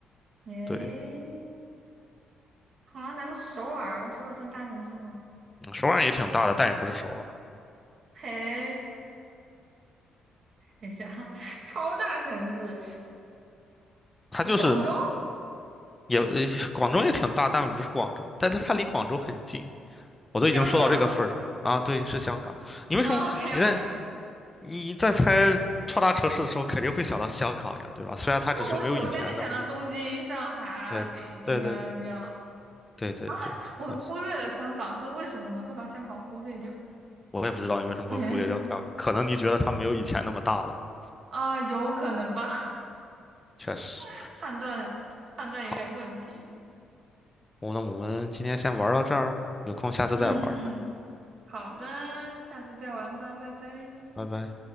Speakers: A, on the right; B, on the left.
A: 诶，
B: 对，
A: 啊，难道是首尔？首尔算大城市吗？
B: 嗯首尔也挺大的，但也不是首尔，
A: 嘿，等一下啊，<laughs> 超大城市，
B: 它就是。
A: 什么广州、
B: 也呃广州也挺大，但不是广州，但是它离广州很近，我都已经说到这个份儿上啊。
A: 香港
B: 对，是香港。你为什么你在
A: 啊？OK OK，
B: 你在猜超大城市的时候，肯定会想到香港呀，对吧？虽然它只是没有以前那么厉害。
A: 那我首先就想到东京、上海啊、
B: 嗯，
A: 北京啊这样
B: 对对对对对，
A: 啊，我忽略了香港，
B: 确实，
A: 这是为什么呢？会把香港忽略掉？
B: 我也不知道你为什么会忽略掉香港，
A: 嘿，
B: 可能你觉得它没有以前那么大了吧？
A: 啊，有可能吧，
B: 确实。
A: <laughs> 判断判断有点问题的。
B: 好，我那我们今天先玩到这儿，有空下次再玩吧，
A: 嗯嗯嗯，好的，下次再玩吧，拜拜。
B: 拜拜。